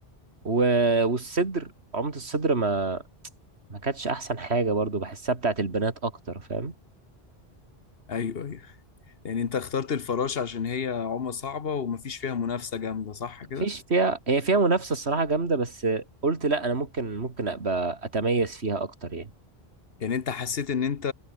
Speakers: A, on the right; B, on the left.
A: و... والصدر عومه الصدر ما ما كانتش احسن حاجه برضو بحسها بتاعت البنات اكتر فاهم
B: ايوه ايوه يعني انت اخترت الفراشه عشان هي عومه صعبه ومفيش فيها منافسه جامده صح كده
A: مفيش فيها هي فيها منافسه الصراحه جامده بس قلت لا انا ممكن ممكن ابقى اتميز فيها اكتر يعني
B: يعني انت حسيت ان انت